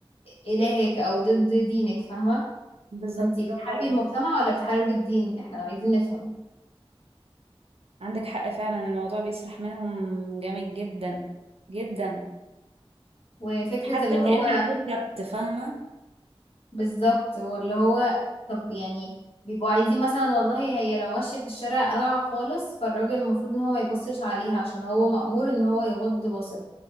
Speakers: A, on the left; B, on the right.
A: إلهك أو ضد دينك فاهمة
B: بالظبط
A: فأنت بتحاربي
B: برافو عليك
A: المجتمع ولا بتحاربي الدين إحنا عايزين نفهم
B: عندك حق فعلا الموضوع بيسرح منهم جامد جدا جدا
A: وفكرة
B: حد
A: اللي
B: كأن
A: هو
B: عنده كبت فاهمة
A: بالظبط واللي هو طب يعني بيبقوا عايزين مثلا والله هي لو ماشية في الشارع قلعة خالص فالراجل المفروض ان هو ما يبصش عليها عشان هو مأمور ان هو يغض بصره